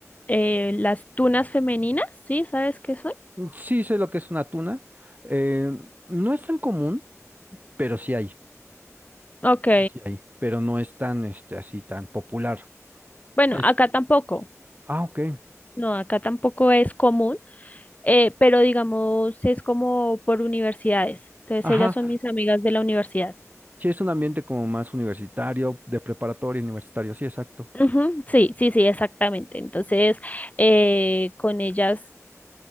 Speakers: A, on the left; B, on the right.
A: eh, las tunas femeninas, ¿sí? ¿Sabes qué son?
B: Mm, Sí sé lo que es una tuna. eh, no es tan común, pero sí hay.
A: Ok.
B: Sí, sí hay. Pero no es tan, este, así tan popular.
A: Bueno,
B: Es,
A: acá tampoco.
B: ah, ok.
A: No, acá tampoco es común, eh, pero digamos es como por universidades. Entonces
B: Ajá.
A: ellas son mis amigas de la universidad.
B: Sí, es un ambiente como más universitario, de preparatoria universitario. Sí, exacto.
A: Ujú, Sí, sí, sí, exactamente. Entonces, eh, con ellas